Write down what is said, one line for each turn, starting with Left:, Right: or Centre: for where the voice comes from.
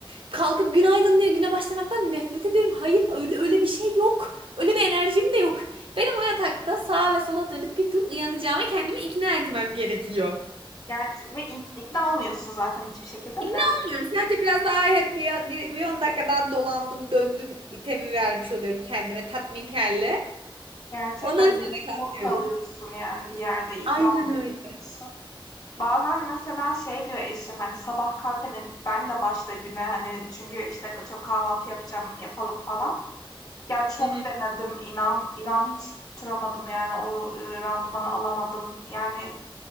Right: kalkıp günaydın diye güne başlamaktan nefret ediyorum. Hayır öyle öyle bir şey yok. Öyle bir enerjim de yok. Benim o yatakta sağa ve sola dönüp bir tur uyanacağıma kendimi ikna etmem gerekiyor.
Left: Gerçi, ve in- ikna olmuyorsun zaten hiçbir şekilde de.
Right: İkna olmuyorum. Sadece biraz daha "Ay, hadi bir, bir, bir 10 dakika daha dolandım döndüm itemi vermiş oluyorum kendime tatminkarlı.
Left: Gerçekten
Right: Ondan sonra
Left: mecbur
Right: kalkıyorum.
Left: kalıyorsun yani bir yerde ikna
Right: Aynen
Left: olmuyorsun.
Right: öyle.
Left: Bazen mesela şey diyor eşim hani sabah kalk hani ben de başla güne hani çünkü işte atıyorum kahvaltı yapacağım yapalım falan. Ya çok
Right: Hı hı.
Left: denedim inan inan hiç tutturamadım yani o e, randımanı alamadım. Yani